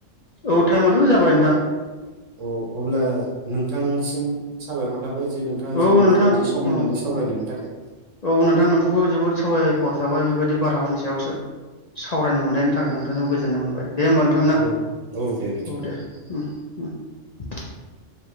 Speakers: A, on the left; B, on the right.
A: औ टाइमाथ' जाबाय नोंथां
B: औ अब्ला नोंथांसिम साबायखर थाबाय जे नोंथाङा
A: औ
B: जों बेफोरबायदि
A: नोंथां
B: सम
A: औ
B: होनानै सावरायनायनि
A: औ
B: थाखाय
A: औ नोंथां नोंखौबो जोबोद साबायखर थाबाय बेबाय बिदि बारहावानि सायाव सो सावरायनो मोननायनि थाखाय नोंथांजों गोजोननाय मोनबाय दे होमबा नोंथां ना
B: औ औ दे बिदिब्ला
A: औ दे <unintelligible>